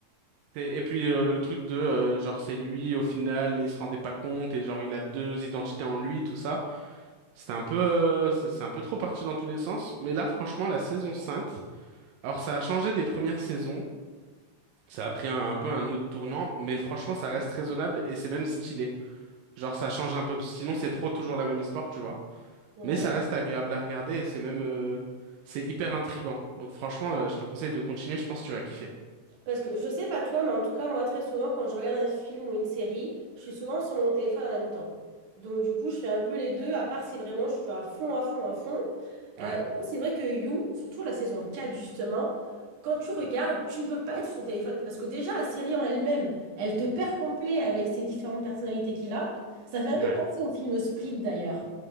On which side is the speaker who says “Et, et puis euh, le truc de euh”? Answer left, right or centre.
Right